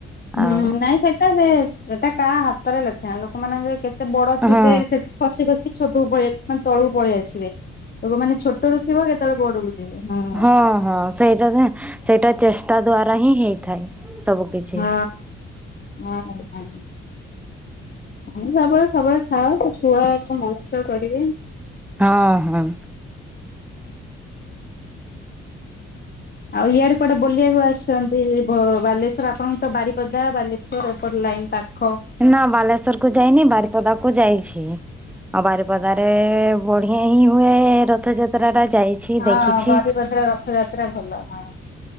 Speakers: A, on the left (about 30°); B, in the centre.
A: ହୁଁ
B: ଆଉ
A: ନାଇଁ ସେଟା ହେ ଏଟା କାହା ହାତରେ ଲେଖା ଲୋକମାନଙ୍କେ କେତେ ବଡ଼ ଥିବେ
B: ହଁ ହଁ
A: ସେତେ ପଛେ ଖସିକି ଛୋଟକୁ ପଳେ ମାନେ ତଳୁକୁ ପଳିଆସିବେ। ତ ଉ ଛୋଟରୁ ଥିବ କେତୋଳେ ବଡ଼ୁକୁ ଯିବେ ହୁଁ।
B: ଅଁ ହଁ। ସେଇଟା ଦେଁ ସେଇଟା ଚେଷ୍ଟା ଦ୍ଵାରା ହିଁ ହେଇଥାଏ। ସବୁ କିଛି।
A: ହଁ ହଁ ହଁ ହଁ ହଁ ସବେଳେ ସବେଳେ ଥାଅ ସେ ଛୁଆ ଏକା ମଣିଷ କରିବେ।
B: ହଁ ହୁଁ।
A: ଆଉ ଇଆଡ଼େ କୁଆଡ଼େ ବଲିବାକୁ ଆସିଚଁ? ତି ବ ବାଲେଶ୍ୱର ଆପଣଙ୍କୁ ତ ବାରିପଦା ବାଲେଶ୍ୱର ଏପଟ ଲାଇନ୍ ପାଖ।
B: ନାଁ ବାଲେଶ୍ଵରକୁ ଯାଇନି ବାରିପଦାକୁ ଯାଇଛି ଆଉ ବାରିପଦାରେ ବଢ଼ିଆ ହିଁ ହୁଏ ରଥଯାତ୍ରାଟା ଯାଇଛି।
A: ହଁ
B: ଦେଖିଛି।
A: ବାରିପଦା ରଥଯାତ୍ରା ଭଲ ହଁ।